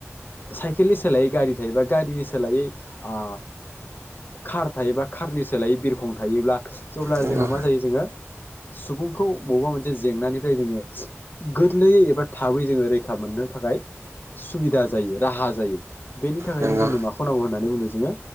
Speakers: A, on the left; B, on the right.
A: साइकेलनि सोलायै गारि थायोबा गारिनि सोलायै ओ खार थायोबा खारनि सोलायै बिरखं थायोब्ला जब्ला
B: नंगौ
A: जोंना
B: औ
A: मा जायो जोङो सुबुंखौ बबेबा मोनसे जेंनानिफ्राय जोङो गोरलैयै एबा थाबै जोङो रैखा मोननो थाखाय सुबिदा जायो राहा जायो बेनि थाखायनो
B: नंगौ
A: जोंनो माखौ नांगौ होननानै बुंदों जोङो